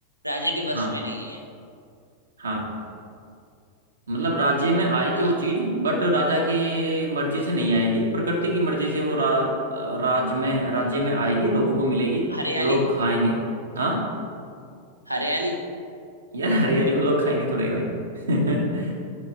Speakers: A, on the right; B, on the right.
A: राजा के
B: हाँ
A: वश में नहीं है
B: हाँ मतलब राज्य में आएगी
A: रा-
B: वो चीज बट राजा की मर्जी से नहीं आएगी प्रकृति की मर्जी से वो रा, राज्य में राज्य में आएगी लोगों को मिलेगी
A: हरियाली
B: लोग खाएंगे हाँ
A: हरियाली
B: यार हरियाली को लोग खाएंगे थोड़ा ही भाई <laughs>